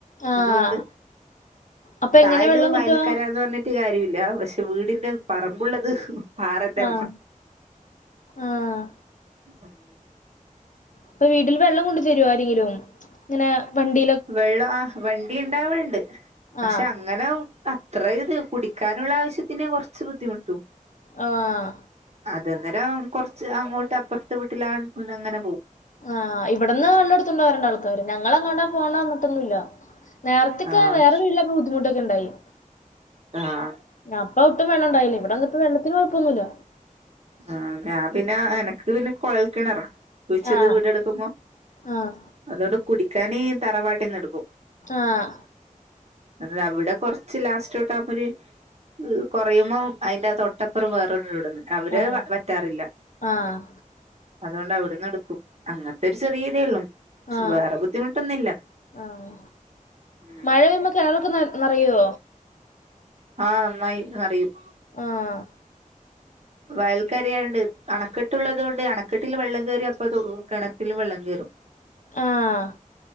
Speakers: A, on the left; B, on the right.
A: ആഹ്
B: അതുകൊണ്ട്,
A: അപ്പൊ എങ്ങനെ
B: തായല്
A: വെള്ളം
B: വയൽക്കാരന്ന്
A: കിട്ടുക
B: പറഞ്ഞി ട്ട്കാര്യമില്ല. പക്ഷെ, വീടിന്റെ പറമ്പുള്ളത് ഇഹ് പാറന്റെ
A: ആഹ് ആഹ്
B: <unintelligible>
A: ഇപ്പൊ വീട്ടിൽ വെള്ളം കൊണ്ട് തരുവോ ആരെങ്കിലും? ഇങ്ങനെ വണ്ടി
B: വെള്ളം ആ വണ്ടി ഇണ്ടാവൽണ്ട് പക്ഷെ,
A: ആഹ്
B: അങ്ങനെ ഒ അത്ര ഇത് കുടിക്കാനുള്ള ആവശ്യത്തിന് കൊർച്ച് ബുദ്ധിമുട്ടു.
A: ആഹ്
B: അത്ങ്ങനം കൊർച്ച് അങ്ങോട്ട് അപ്പൊർത്തെ വീട്ടിലാണ് കൊണ്ട് അങ്ങനെ പോവും.
A: ആഹ്, ഇബടന്ന് വെള്ളം എടുത്തുണ്ട വരണ ആൾക്കാര് ഞങ്ങള് എങ്ങോട്ടാ പോണ വന്നിട്ടൊന്നുല്ല. നേരത്തക്കെ
B: ആഹ്
A: വേറെ വീട്ടിലൊക്ക ബുദ്ധിമുട്ടൊക്കെ ഉണ്ടായി.
B: ആഹ്
A: അപ്പൊ ഒട്ടും വെള്ളണ്ടായില്ല, ഇവിടെ വന്നപ്പോ വെള്ളത്തിന് കൊഴപ്പൊന്നുല്ല.
B: ആഹ്, ഞാ പിന്നെ എനക്ക് പിന്നെ കൊഴൽക്കിണറാ. കുഴിച്ചത്
A: ആഹ്
B: വീടെടുക്കുമ്പോ,
A: ആഹ്
B: അതുകൊണ്ട് കുടിക്കാന് തറവാട്ടിന്ന് എടുക്കും.
A: ആഹ്
B: അല്ല, അവിടെ കൊർച്ച് ലാസ്റ്റ്ട്ട് <unintelligible> ആഹ്, കൊറയുമ്പം അയിന്റെ തൊട്ടപ്പുറം വേറൊരു വീടെന്ന് അ വ്ടെ
A: ആഹ്
B: വറ്റാറില്ല.
A: ആഹ്
B: അതുകൊണ്ട് അവിട്ന്ന് എടുക്കും. അങ്ങത്തെ ഒരു ചെറിയതെ ഒള്ളും. പക്ഷെ,
A: ആഹ്
B: വേറെ ബുദ്ധിമുട്ടൊന്നില്ല.
A: ആഹ്
B: ഉം
A: മഴ പെയ്യുമ്പോ കിണറൊക്കെ ന നറയോ
B: ആഹ് നന്നായി അറിയും.
A: ആഹ്
B: വയൽക്കരയായോണ്ട് അണക്കെട്ടുള്ളതോണ്ട് അണക്കെട്ടിൽ വെള്ളം കേറി അപ്പതോ കെണറ്റിലും വെള്ളം കേറും.
A: ആഹ്